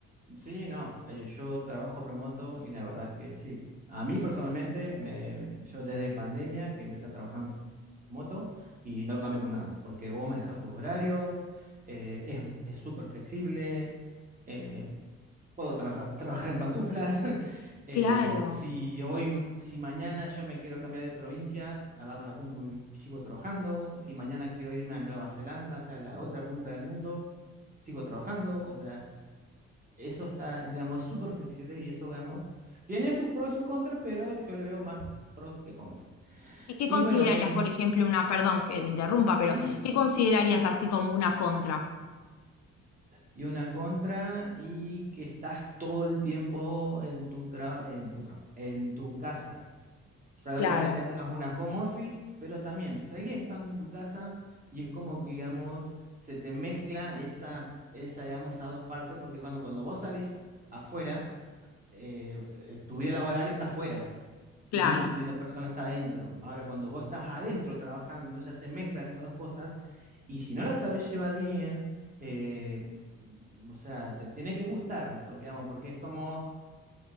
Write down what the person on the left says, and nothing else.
Claro.
¿Y qué
considerarías,
por ejemplo, una, perdón que te interrumpa, pero
qué considerarías así como una contra?
Claro.
Claro.